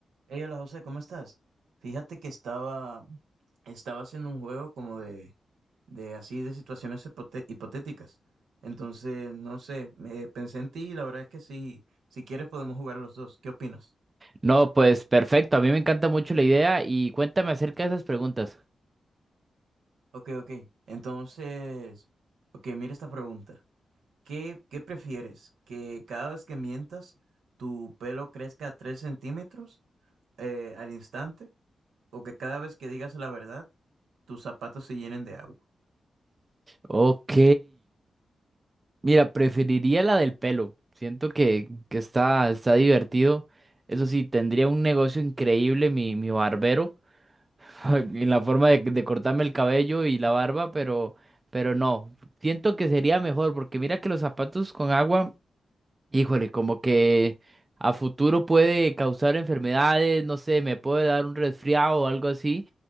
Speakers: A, on the right (about 80°); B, on the right (about 35°).
A: Hey, hola José, ¿cómo estás? Fíjate que estaba, estaba haciendo un juego como de, de así de situaciones hipote- hipotéticas. Entonces, no sé, me pensé en ti y la verdad es que sí, si quieres podemos jugar los dos. ¿Qué opinas?
B: No, pues perfecto, a mí me encanta mucho la idea y cuéntame acerca de esas preguntas.
A: Ok, ok. Entonces, ok, mira esta pregunta. ¿Qué, qué prefieres? ¿Que cada vez que mientas tu pelo crezca 3 centímetros eh, al instante? ¿O que cada vez que digas la verdad tus zapatos se llenen de agua?
B: Ok, mira, preferiría la del pelo. Siento que, que está, está divertido. Eso sí, tendría un negocio increíble mi, mi barbero, <laughs> en la forma de, de cortarme el cabello y la barba, pero, pero no, siento que sería mejor porque mira que los zapatos con agua Híjole, como que a futuro puede causar enfermedades, no sé, me puede dar un resfriado o algo así.